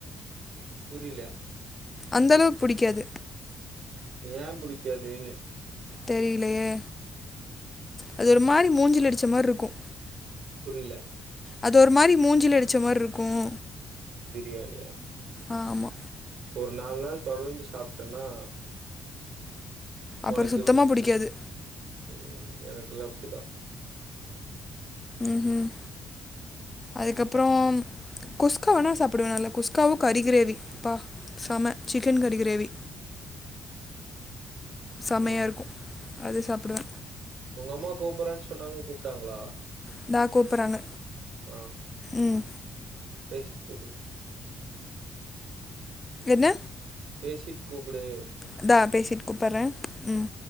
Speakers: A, on the right; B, on the left.
A: புரியல
B: அந்த அளவுக்கு புடிக்காது
A: ஏ புடிக்காதுன்னே
B: தெரிலையே அது ஒரு மாறி
A: ம்
B: மூஞ்சில அடிச்ச மாறி இருக்கும்
A: புரில
B: அது ஒரு மாறி மூஞ்சில அடிச்ச மாறி இருக்கும்
A: பிரியாணியா
B: ஆமா
A: ஒரு நாள் நாள் தொடர்ந்து சாப்டனா
B: அப்புறம்
A: ஒனக்கே
B: சுத்தமா
A: புடிச்சுரும்
B: பிடிக்காது
A: ம் எனக்கல்லா அப்டித்தா
B: ம்ம் அதுக்கப்பரோ குஸ்காவனா சாப்பிடுவே நல்ல குஸ்காவும் கரி கிரேவி பா சம சிக்கன் கரி கிரேவி சமையா
A: ஆ
B: இருக்கு அது சாப்புடுவ
A: ஒங்க அம்மா கூப்புறன் சொன்னாங்க கூப்ட்டாங்களா
B: இந்தா கூப்புறாங்க
A: ஆ
B: ம்
A: பேசிட்டு கூப்டு
B: என்ன
A: பேசிட்டு கூப்புடு
B: இந்தா பேசிட்டு கூப்பற ம்